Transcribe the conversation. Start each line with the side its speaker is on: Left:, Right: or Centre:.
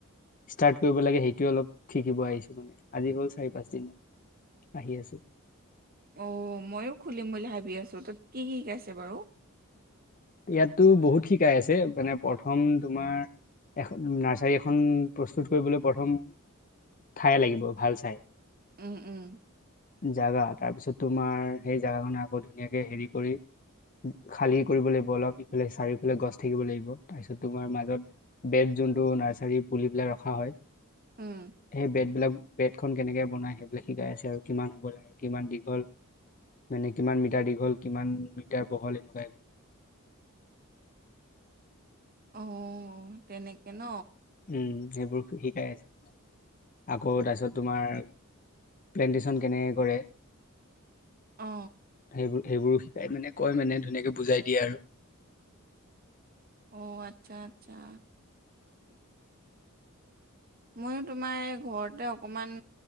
Left: ষ্টাৰ্ট কৰিব লাগে সেইটোৱে অলপ শিকিব আহিছো মানে আজি হ'ল চাৰি পাঁচ দিন আহি আছো
Right: অ ময়ো খুলিম বুলি ভাবি আছো তাত কি কি শিকাইছে বাৰু
Left: ইয়াতো বহুত শিকাই আছে মানে প্ৰথম তোমাৰ এ নাৰ্চাৰী এখন প্ৰস্তুত কৰিবলৈ প্ৰথম ঠাই লাগিব ভাল চাই
Right: উম উম
Left: জোগা তাৰ পিছত তোমাৰ সেই জাগাখনে আকৌ ধুনীয়াকে হেৰি কৰি খালী কৰিব লাগিব। বল ইফালে চাৰিওফালে গছ থাকিব লাগিব তাৰপিছত তোমাৰ মাজত বেড যোনটো নাৰ্চাৰী পুলিবিলাক ৰখা হয়
Right: উম
Left: সেই বেড এইবিলাক বেড খন কেনেকে বনাই সেইবিলাক শিকাই আছে আৰু কিমান হ'ব লাগে কিমান দীঘল মানে কিমান মিটাৰ দীঘল কিমান মিটাৰ বহল এনেকুৱা
Right: অ তেনেকে ন
Left: উম সেইবোৰ শিকাই আছে আকৌ তাৰপিছত তোমাৰ প্লেনটেশ্যন কেনেকে কৰে।
Right: অ
Left: সেই সেইবোৰো শিকাই মানে কয় মানে ধুনীয়াকে বুজাই দিয়ে আৰু
Right: অ আচ্ছা আচ্ছা ময়ো তোমাৰ এই ঘৰতে অকণমান